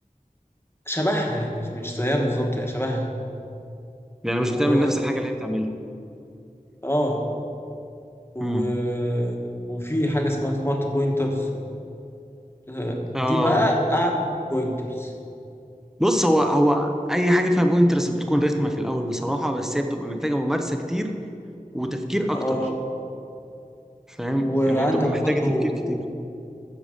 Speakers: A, on the left; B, in the centre.
A: شبهها يعني مش زيها بالظبط هي شبهها
B: يعني مش
A: و
B: بتعمل نفس الحاجة اللي هي بتعملها
A: اه و...
B: امم
A: وفي حاجة اسمها سمارت بوينترز آه،
B: اه
A: دي بقى قاعدة البوينترز
B: بص هو هو أي حاجة فيها بوينترز بتكون رخمة في الأول بصراحة بس هي بتبقى محتاجة ممارسة كتير وتفكير اكتر
A: اه
B: فاهم
A: وعندك
B: ان هي بتبقى محتاجة
A: برضو
B: تفكير كتير